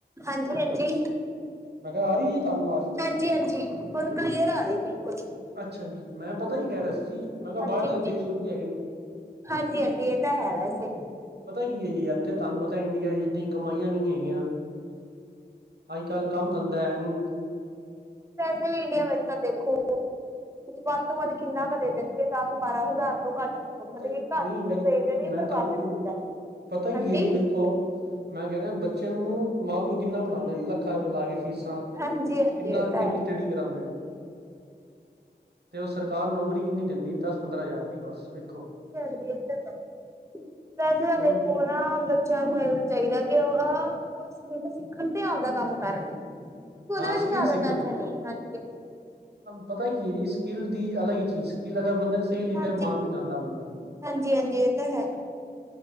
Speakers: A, on the right (about 15°); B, on the right (about 70°).
A: ਹਾਂਜੀ, ਹਾਂਜੀ।
B: ਮੈਂ ਕਿਹਾ ਆ ਰਹੀ ਜੀ ਤੁਹਾਨੂੰ ਅਵਾਜ਼।
A: ਹਾਂਜੀ, ਹਾਂਜੀ ਹੁਣ ਕਲੀਅਰ ਆ ਰਹੀ ਬਿਲਕੁਲ।
B: ਅੱਛਾ ਜੀ, ਮੈਂ ਪਤਾ ਕੀ ਕਹਿ ਰਿਹਾ ਸੀ, ਮੈਂ ਕਿਹਾ
A: ਹਾਂਜੀ
B: ਬਾਹਰਲੇ
A: ਹਾਂਜੀ
B: ਦੇਸ਼ ਵਧੀਆ ਹੈਗੇ।
A: ਹਾਂਜੀ, ਹਾਂਜੀ ਇਹ ਤਾਂ ਹੈ ਵੈਸੇ।
B: ਪਤਾ ਕੀ ਹੈ ਜੀ, ਇੱਥੇ ਤੁਹਾਨੂੰ ਪਤਾ ਇੰਡੀਆ 'ਚ ਐਨੀ ਕਮਾਈਆਂ ਵੀ ਨਹੀਂ ਹੈਗੀਆਂ। ਅੱਜ ਕੱਲ ਕੰਮ ਦੰਦਾ ਹੈ ਨੀ।
A: ਵੈਸੇ ਵੀ ਇੰਡੀਆ ਵਿੱਚ ਤਾਂ ਦੇਖੋ, ਵੱਧ ਤੋਂ ਵੱਧ ਕਿੰਨਾ ਕੁ ਦੇ ਦੇਨੇ ਕੇ ਦਸ- ਬਾਰਾਂ ਹਜ਼ਾਰ ਤੋਂ ਘੱਟ ਮਤਲਬ
B: ਤੇ,
A: ਕਿ ਘੱਟ
B: ਨਹੀਂ ਮੇਰੀ,
A: ਦੇ ਦੇਣਗੇ
B: ਮੈਂ
A: ਪਰ
B: ਤੁਹਾਨੂੰ,
A: ਵੱਧ ਨੀ ਦਿੰਦਾ
B: ਪਤਾ ਕੀ
A: ਹਾਂਜੀ
B: ਹੈ ਜੀ ਵੇਖੋ। ਮੈਂ ਕਹਿ ਰਿਹਾ ਬੱਚੇ ਨੂੰ, ਮਾਂ-ਪਿਓ ਕਿੰਨਾ ਪੜਾਉਂਦੇ ਨੇ ਲੱਖਾਂ ਰੁਪਏ ਲਾ ਕੇ ਫੀਸਾਂ,
A: ਹਾਂਜੀ ਹਾਂਜੀ
B: ਕਿੰਨਾ
A: ਇਹ ਤਾਂ
B: ਕਿੰਨੀ
A: ਹੈ।
B: ਸਟੱਡੀ ਕਰਾਂਦੇ। ਤੇ ਉਹ ਸਰਕਾਰ ਨੌਕਰੀ ਕਿੰਨੀ ਦੇੰਦੀ, ਦਸ-ਪੰਦਰਾਂ ਹਜ਼ਾਰ ਰੁਪਏ ਬਸ ਵੇਖੋ
A: ਹਾਂਜੀ ਉਹ ਤਾਂ ਹੈ, ਵੈਸੇ ਤਾਂ
B: ਹੁਣ
A: ਦੇਖੋ ਨਾ ਬੱਚਿਆਂ ਨੂੰ ਮਿਲਣਾ ਚਾਹੀਦਾ ਕਿਹ ਅ ਸਕ ਤਾਂ ਸਿੱਖਣ ਤੇ ਆਪਦਾ ਕੰਮ ਕਰਨ। ਉਹਦੇ
B: ਹਾਂ
A: ਵਿੱਚ
B: ਸਕਿੱਲ
A: ਜ਼ਿਆਦਾ
B: ਸਿੱਖਣੇ
A: ਪੈਸੇ ਨੇ, ਹਾਂਜੀ।
B: ਪਤਾ ਕੀ ਹੈ ਜੀ, ਸਕਿੱਲ ਦੀ ਅਲਗ ਹੀ ਚੀਜ਼, ਸਕਿੱਲ ਅਗਰ ਬੰਦੇ ਸਿਖਲੀ
A: ਹਾਂਜੀ,
B: ਫਿਰ ਮਾਰ ਨਹੀਂ ਖਾਂਦਾ ਬੰਦਾ।
A: ਹਾਂਜੀ, ਹਾਂਜੀ ਇਹ ਤਾਂ ਹੈ।